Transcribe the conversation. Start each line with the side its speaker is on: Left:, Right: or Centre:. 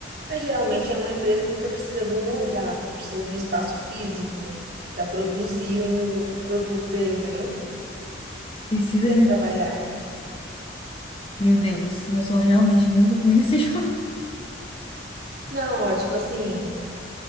Right: Mas geralmente é uma empresa porque precisa de um lugar, precisa de um espaço físico para produzir o, o produto dele, entendeu?
Left: Precisa
Right: Para
Left: de
Right: ele
Left: um.
Right: trabalhar.
Left: Meu Deus, eu sou realmente muito ruim nesse <laughs> jogo.
Right: Não, ó, tipo assim,